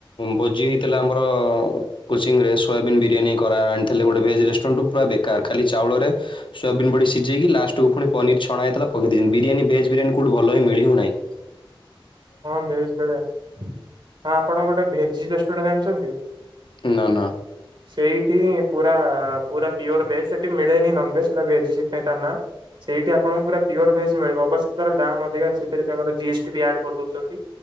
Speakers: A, on the left (about 65°); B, on the right (about 60°).
A: ଭୋଜି ହେଇଥିଲା ଆମର କୋଚି ରେୋୟାବିନ୍ ବିରିୟାନୀ କରା ଆଲେ ଗୋଟେ ଭେଜ ରେଷ୍ଟୁରାଣ୍ଟୁ ପୁରା ବେକାର ଖାଲି ଚାଉଳରେ ସୋୟାବନ୍ ବଢି ସିଝେଇକି ଲଷ୍ଟକୁୁ ପନିର ଛଣା ହେଇ ପେଇ ଦେଇି ବିରିୟୀ ଭେଜ ବିୟାନୀୋଉଠ ଭଲିଁ ମିଳିବନହିଁ।
B: ହଁ ଭେଜ୍ ଭେ ହଁ ଆପଣ ଗୋଟେ ଭେଜ୍ ରେଷ୍ଟୁରାଣ୍ଟ ଜାଣିଛନ୍ତି?
A: ନା ନା।
B: ଁ <unintelligible> ସେଇଠି ପୁରା ପୁରା ପିଓର ଭେଜ ସେଠି ମିଳେନି ନନ ଭେଜ ସେଟା ଭେଜ ନା ସେଇଠି ଆପଣଙ୍କୁ ପା ପିଓର ଭେଜ୍ ମିଳିବ ଅବଶ୍ୟ ତାର ଦମ୍ ଅଧିକା ସେଥିରେ ତାଙ୍କର ଜିସ୍ଟି ବି ଆ କରିଦଉଛନ୍ତି